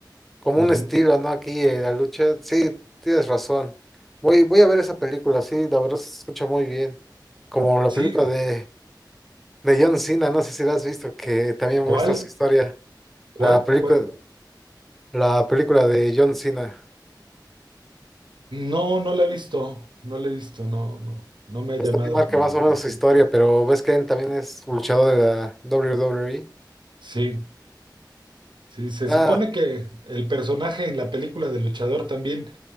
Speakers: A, in the centre; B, on the right.
A: como
B: ujú.
A: un estilo, ¿no? Aquí eh, la lucha. Sí, tienes razón. Voy, voy a ver esa película, sí, la verdad se escucha muy bien. Como la
B: Sí,
A: película de, de John Cena, no sé si la has visto, que también
B: ¿cuál?
A: muestra su historia.
B: ¿Cuál?
A: La película,
B: ¿Cuál?
A: la película de John Cena,
B: No, no la he visto, no la he visto, no, no, no me ha
A: pues
B: llamado
A: también marca
B: como
A: más
B: la
A: o
B: atención.
A: menos su historia, pero ves que él también es luchador de la WWE.
B: Sí, sí, se
A: Ah,
B: supone que el personaje en la película de luchador también